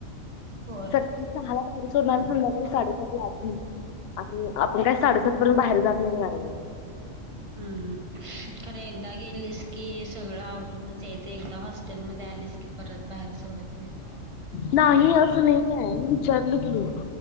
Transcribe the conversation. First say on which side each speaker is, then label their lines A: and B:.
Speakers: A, on the right (about 30°); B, on the left (about 65°).
A: होय.
B: सकाळी सहाला बाहेर सोडणार संध्याकाळी साडे सात ला आत घेणार आणि आपण काय साडेसात पर्यंत बाहेर जात नाही का नाही
A: हम्म खरं एकदा गेलीस की सगळं आवरूनच यायचं एकदा हॉस्टेल मध्ये आलीस की परत बाहेर सोडत नाहीत.
B: नाही असं नाही आहे मी विचारलं कि